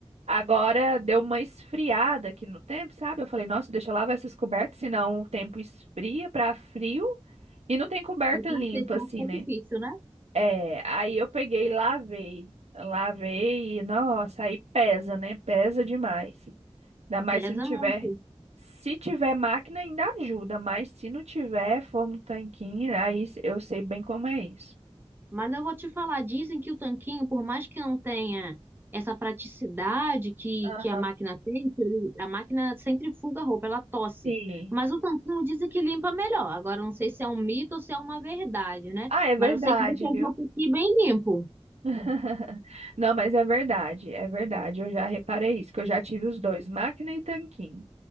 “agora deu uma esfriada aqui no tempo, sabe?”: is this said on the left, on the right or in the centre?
Right